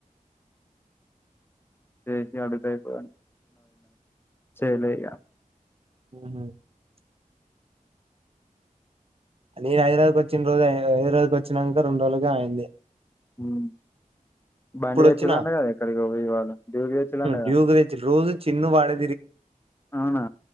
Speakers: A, on the left; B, on the right.
A: చేసి అడుగుతేయిపో చెయలే ఇగ
B: <unintelligible> నేను హైదరాబాద్కి వచ్చిన రోజు హైదరాబాద్కి వచ్చాక రెం రోజులుగా అయయింది
A: మ్ బాండి వచ్చిలాండ
B: వచ్చిన
A: కద ఇక్కడకి వాళ దవ వచ్చలాండగా
B: డ్యూకు తెచ్చి రోజు చిన్ను వాడే
A: అవునా